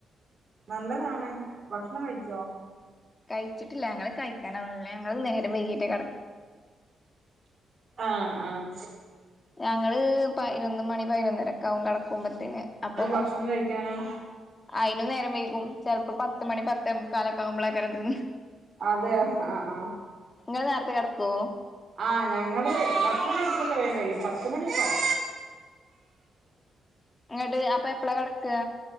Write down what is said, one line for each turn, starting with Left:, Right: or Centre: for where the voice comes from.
Right: നല്ലതാണ് ഭക്ഷണം കഴിച്ചോ
Left: കഴിച്ചിട്ടില്ല ഞങ്ങള് കഴിക്കാനാള്ള ഞങ്ങള് നേരെ വൈകിട്ട കി
Right: ആ ആ
Left: ഞങ്ങൾ പതിനൊന്ന് മണി പൈന്നര വും കിടക്കുമ്പത്തന് അപ്പൊ
Right: ഭക്ഷണം കഴിക്കാനോ
Left: അയിനും നനേരം വൈകും ചിലപ്പോ പത്ത് മണി പത്ത് മുക്കാലൊക്കെവുമ്പോളൊക്കെതിന്നണ്
Right: അതെ ആ ആ
Left: നിങ്ങള് നേരത്തെ കെടക്കുവോ
Right: ആ ഞങ്ങള് ഭക്ഷണ കഴിക്കലൊക്കെ വേഗം കഴിയും പോ <inaudible>
Left: ഇങ്ങട് അപ്പ എപ്പളാ കെടക്ക